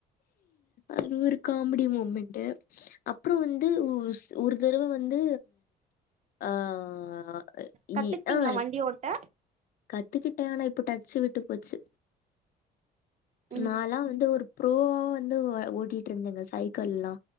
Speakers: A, on the left; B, on the right.
A: அது ஒரு காமெடி மூமெண்ட்டு அப்றோ வந்து ஒரு தடவ வந்து ஆஹ்
B: கத்துக்கிட்டீங்களா
A: இ அஹ்
B: வண்டி ஓட்ட
A: கத் த்துக்கிட்ட ஆனா இப்ப டச்சு விட்டு போச்சு
B: ம்
A: நாலா வந்து ஒரு ப்ரோவா வந்து ஓட்டிட்டு இருந்தங்க சைக்கல்லா